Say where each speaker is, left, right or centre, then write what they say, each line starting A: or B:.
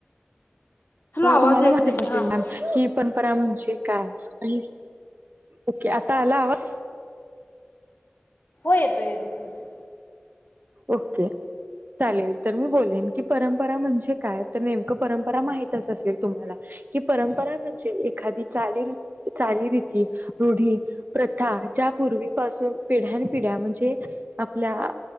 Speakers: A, on the left (about 55°); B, on the right (about 50°).
A: आवाज
B: तुम्हाला
A: येत
B: माहीतचं
A: नाही
B: असेल
A: हा
B: मॅम
A: हा
B: की परंपरा म्हणजे काय? आणि ओके आता आला आवाज-
A: हो येतो येतो येतो
B: ओके चालेल तर मी बोलेन की परंपरा म्हणजे काय तर नेमकं परंपरा माहितच असेल तुम्हाला कि परंपरा म्हणजे एखादी चाली चालीरीती रूढी प्रथा ज्या पूर्वीपासून पिढ्यानं पिढ्या म्हणजे आपल्या